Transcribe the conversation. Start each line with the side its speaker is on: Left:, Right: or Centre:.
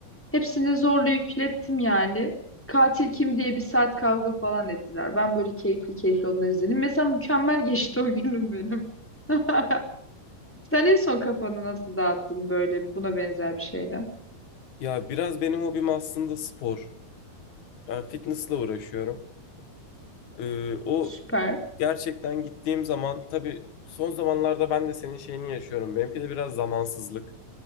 Centre: Hepsini zorla yüklettim yani. Katil kim diye bir saat kavga falan ettiler. Ben böyle keyifli keyifli onları izledim. Mesela mükemmel geçti o günüm benim. <laughs> Sen en son kafanı nasıl dağıttın böyle buna benzer bir şeyle?
Left: Ya biraz benim hobim aslında spor. Yani fitnessle uğraşıyorum. Ee, o
Centre: Süper.
Left: gerçekten gittiğim zaman tabii son zamanlarda ben de senin şeyini yaşıyorum. Benimki de biraz zamansızlık.